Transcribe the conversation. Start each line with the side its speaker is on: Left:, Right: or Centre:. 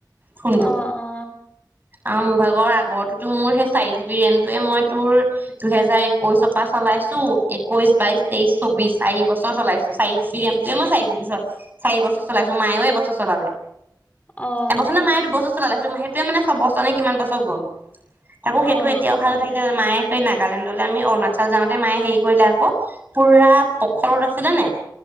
Right: ফোনটো
Left: অ-অ,
Right: আৰু মোৰভাগৰ আগতো মোৰ সেই চাৰি জি বি ৰেমটোৱে মই তোৰ দুহেজাৰ একৈশৰ পৰা চলাইছো। একৈশ, বাইশ, তেইশ, চৌবিশ। চাৰি বছৰ চলাইছো, চাৰি জি বিমটোৱে মই চাৰি জি পিত চাৰি বছৰ চলাইছো মায়ও এবছৰ চলালে।
Left: অ',
Right: এবছৰ নে মায়ে দুবছৰ সেইটো সেইটোৱো মানে চবছৰ নে কিমান বছৰ গ'ল? তাকৌ
Left: অ',
Right: সেইটো এতিয়াও ভালে থাকিলে, মায়ে সেই নাগালেণ্ডলৈ আমি অৰুণাচল যাওঁতে মায়ে হেৰি কৰিলে আকৌ, পুৰা পখৰদ আছিলে নে?